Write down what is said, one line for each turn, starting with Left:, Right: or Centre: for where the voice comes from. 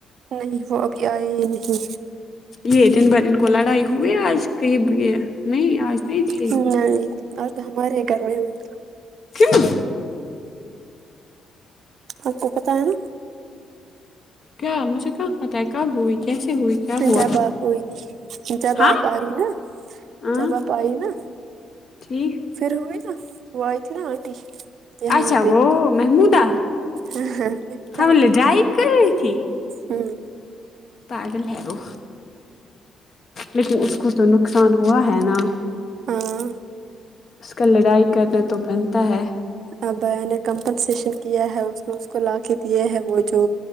Right: نہیں وہ ابھی آئے ہی نہیں مجھے
Left: یہ دن بھر ان کو لڑائی ہوئی آج کہئی یہ نہیں آج نہیں تھی
Right: نہیں نہیں اور تو ہمارے ہی گھر میں ہوئی
Left: کیوں
Right: آپ کو پتا ہے نا
Left: کیا مجھے کہاں پتہ ہے کب ہوئی کیسے ہوئی کیا ہوا
Right: جب آپ ہوئی جب
Left: ہاں
Right: آپ آ رہی نا
Left: ہاں
Right: جب آپ آئی نا
Left: ٹھیک
Right: پھر ہوئی نا وہ آی تھی نا آنٹی یہاں
Left: اچھا
Right: پہ
Left: وہ محمودا
Right: ہاں پتا
Left: ہم
Right: آنٹی
Left: لڈائی کر رہی تھی
Right: ہوں
Left: پاگل ہے وہ لیکن اس کو تو نقصان ہوا ہے نا
Right: ہاں
Left: اس کا لڑائی کرنا تو بنتا ہے
Right: ابا نے کمپنسیشن کیا ہے اس اس کو لا کے دیے ہے وہ جو